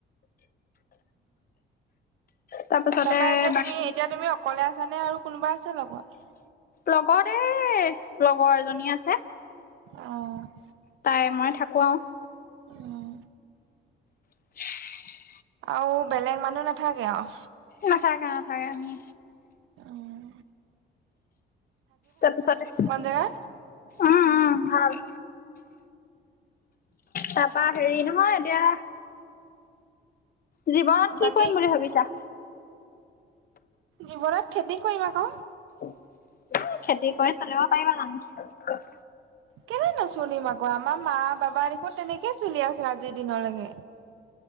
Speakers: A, on the left; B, on the right.
A: তাৰপিছতে
B: তাৰপা এতিয়া
A: বাকী
B: তুমি এতিয়া তুমি অকলে আছ নে আৰু কোনোবা আছে লগত।
A: লগত এই লগৰ এজনী আছে।
B: অঁ
A: তাই মই থাকো আও।
B: উম,
A: <unintelligible>
B: আৰু বেলেগ মানুহ নাথাকে আও।
A: নাথাকে নাথাকে আমি।
B: উম
A: তাৰপিছতে
B: জেগাত?
A: উম উম ভাল। তাপা হেৰি নহয় এতিয়া। জীৱনত কি
B: বাকী
A: কৰিম বুলি ভাবিছা?
B: জীৱনত খেতি কৰিম আক'।
A: ও খেতি কৰি চলিব পাৰিবা জানো?
B: কেলে নচলিম আক আমাৰ মা বাবা দেখোন তেনেকে চলি আছে আজিৰ দিনৰলেকে।